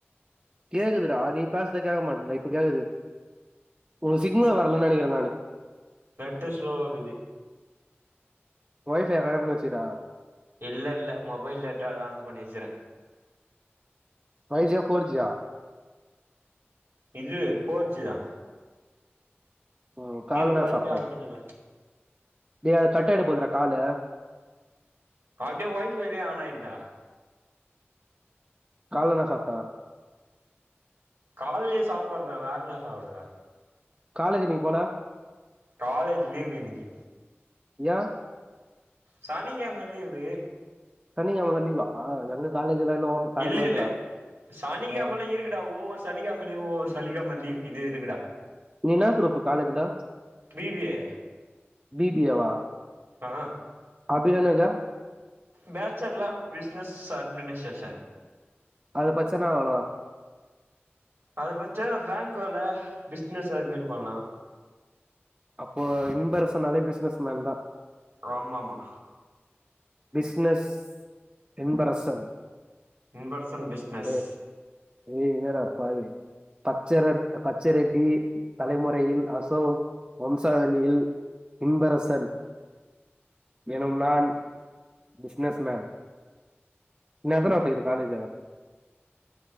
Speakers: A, on the right; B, on the right.
A: கேக்குதுடா நீ பேசுத கேட்க மாட்ட இப்ப கேக்குது உ சிக்னல் வரலன்னு நினைக்கிறே நானு
B: நெட்டு ஸ்லோவாக்குது
A: ஒய்ஃவை கணட் பண்ணி வச்சுடா
B: இல்லல்ல மொபைல் டேட்டா ஆன் பண்ணிட்டு
A: ஃபைஜியா ஃபோர் ஜியா
B: இது ஃபோர்ச்சுதா
A: ம் காலைல
B: இரு வொய்
A: நான் சாப்பிட்டா
B: ஃவை ஆன் பண்ணிர
A: டேய் அது கட் ஆகிட போதுடா காலு
B: அப்டியே ஒய்ஃவை லயே ஆனாய்ன்டா
A: காலன்ன சாப்ட்ட
B: கால்லியே சாம்பார் தா வேற என்ன சாப்டுவ
A: காலேஜ் நீ போல
B: காலேஜ் லீவ் இன்னிக்கி
A: ய
B: சனிக்கிழம லிவ்வு
A: சனிக்கிழமலா லீவா எங்க காலேஜ் எல்லாம் இன்னும் திறக்கவே
B: இல்லல்ல
A: இல்லடா
B: சானிகெழம
A: ஆ
B: லா இருகுடா ஓவ்வொர் சானிகெழம ஓவ்வொ சலிக மல்லிவ் இது இருகுடா
A: நீ இன்னாக்குரூப்பு காலஜ்ல
B: பி பி ஏ
A: பிபியேவா
B: ஆ
A: அப்டினா இன்னாது
B: பேச்சர் லாஃப் பிஸ்னஸ் அட்மினிஷேஷன்
A: அது பச்சன்னாவளா
B: அது பச்சா பேங்க் வேல பிசினஸ் அது மாரி பண்ணலா
A: அப்போ இன்பரசன் நாலே பிஸ்னஸ்மேன் தா
B: ஆமாம்மா
A: பிஸ்னஸ் என்பரசன்
B: இன்பர்சன் பிஸ்னஸ்
A: அ யே இல்லடாப்பாவி பச்சர பச்சரெட்டி தலைமுறையில் அசோக் வம்சாவழியில் இன்பரசன் எனும் நான் பிஸ்னஸ்மேன் இன்னயெத்தன வர்ஸ்ச இருக் காலேஜ்